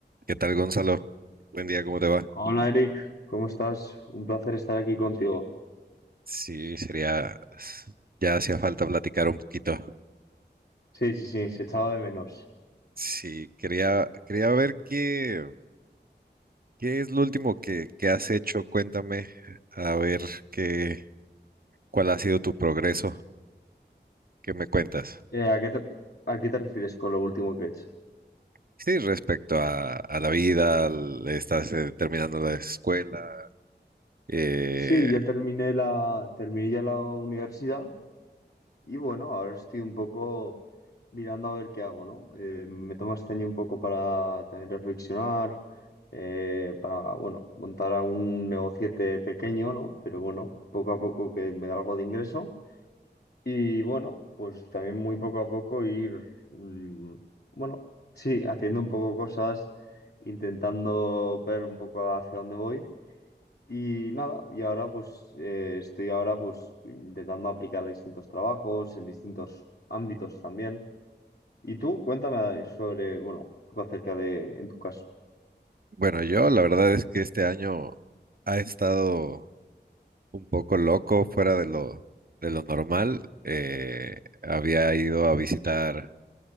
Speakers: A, on the right (about 55°); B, on the left (about 65°).
A: ¿Qué tal, Gonzalo? Buen día, ¿cómo te va?
B: Hola Eric, ¿cómo estás? Un placer estar aquí contigo.
A: Sí, sería, ya hacía falta platicar un poquito.
B: Sí, sí, sí, se echaba de menos.
A: Sí, quería, quería ver qué, qué es lo último que, que has hecho. Cuéntame, a ver qué, cuál ha sido tu progreso. ¿Qué me cuentas?
B: Eh, ¿a qué te, a qué te refieres con lo último que he hecho?
A: Sí, respecto a, a la vida, al- estás eh, terminando la escuela. Eh,
B: Sí, ya terminé la, terminé ya la universidad y bueno, ahora estoy un poco mirando a ver qué hago, ¿no? Eh, me tomo este año un poco para también reflexionar, eh, para, bueno, montar algún negociete pequeño, ¿no? Pero bueno, poco a poco que me da algo de ingreso. Y bueno, pues también muy poco a poco ir, mm, bueno, sí, haciendo un poco cosas, intentando ver un poco hacia dónde voy. Y nada, y ahora pues eh, estoy ahora pues intentando aplicar distintos trabajos en distintos ámbitos también. Y tú, cuéntame sobre, bueno, un poco acerca de, en tu caso.
A: bueno, yo la verdad es que este año ha estado un poco loco, fuera de lo, de lo normal. Eh, había ido a visitar